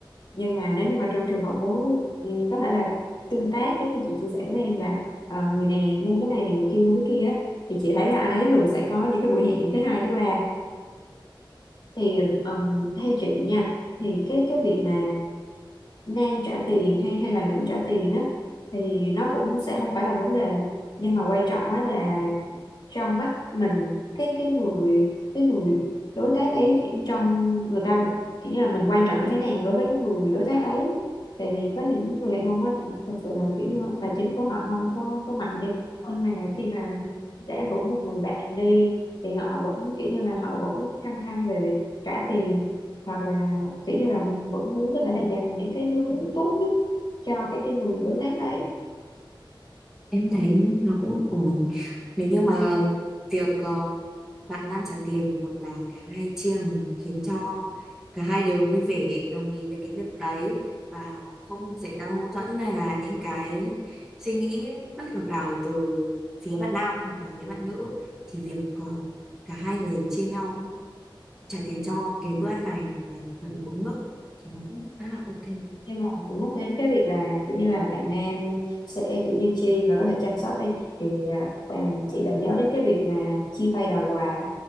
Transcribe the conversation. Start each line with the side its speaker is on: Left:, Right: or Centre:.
Left: nhưng mà nếu như mà trong trường hợp mối ừ, có thể là tương tác giống như chị chia sẻ với em là ờ, người này mua cái này thì người kia mua cái kia á thì chị thấy là anh ấy thường sẽ có những cái buổi hẹn thứ hai thứ ba thì ừm, theo chị nha thì cái cái việc mà nam trả tiền hay hay là nữ trả tiền á thì nó cũng sẽ không phải là vấn đề nhưng mà quan trọng á là trong mắt mình cái cái người cái người đối tác ấy chỉ- trong người ta kiểu như là mình quan trọng như thế nào đối với cái người đối tác ấy tại vì có những người đàn ông á thật sự là kiểu như tài chính của họ không có có mạnh đi nhưng mà khi mà đã rủ một người bạn đi thì họ vẫn kiểu như là họ vẫn thăng thăng về việc trả tiền hoặc là kiểu như là vẫn muốn có thể là dành những cái thứ tốt nhất cho cái cái người đối tác ấy
Centre: em thấy nó cũng ổn nếu như mà việc ờ, bạn nam trả tiền hoặc là cả hai chia mà nó khiến cho cả hai đều vui vẻ đồng ý về cái việc đấy và không xảy ra mâu thuẫn hay là những cái suy nghĩ bất hợp nào từ phía bạn nam hoặc là phía bạn nữ thì việc ờ, cả hai người chia nhau trả tiền cho cái bữa ăn này hoặc là phần uống nước thì nó cũng khá là ok
Left: nhưng mà nhắc đến cái việc là kiểu như là bạn nam sẽ kiểu như chi và có thể chăm sóc đi thì à, bạn- chị lại nhớ đến cái việc mà chia tay đòi quà